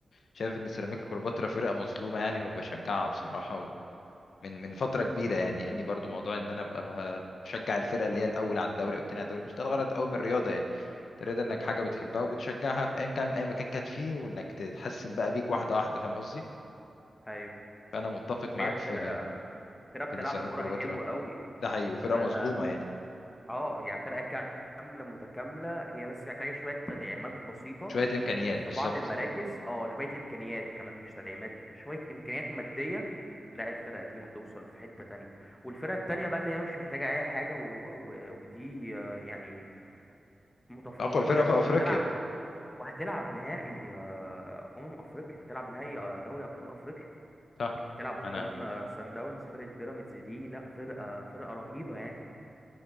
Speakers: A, on the left (about 80°); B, on the left (about 20°).
A: شايف ان سيراميكا كليوباترا فرقه مظلومه يعني وبشجعها بصراحه من من فترة كبيرة يعني اني برضو موضوع ان انا ابقى بقى بشجع الفرقة اللي هي الاول على الدوري او التاني على الدوري مش ده الغرض قوي من الرياضة يعني تريد انك
B: بالظبط
A: حاجة بتحبها وبتشجعها في ايا كان اي مكان كانت فيه وانك تتحسن بقى بيك واحدة واحدة فاهم قصدي
B: ايوه
A: فانا متفق معاك
B: وهي فرقة
A: في
B: فرقة
A: في
B: بتلعب
A: ان سيراميكا
B: كورة
A: كليوباترا
B: حلوة قوي
A: ده حقيقي وفرقة
B: فرقة
A: مظلومة يعني
B: اه يعني فرقة كاملة متكاملة هي بس محتاجة شوية تدعيمات بسيطة
A: شوية امكانيات
B: في
A: بالظبط
B: بعض المراكز اه شوية امكانيات كمان مش تدعيمات شوية امكانيات مادية لا الفرقة دي هتوصل في حتة تانية والفرقة التانية بقى اللي هي مش محتاجة اي حاجة و... و... ودي آه، يعني متفوقة
A: اقوى الفرقة
B: جامد
A: في
B: وهتلعب
A: افريقيا
B: وهتلعب نهائي آه، امم افريقيا هتلعب نهائي آه، دوري ابطال افريقيا
A: صح
B: هتلعب قدام
A: انا
B: آه، سان داونز فرقه بيراميدز دي لا فرقه فرقه رهيبه يعني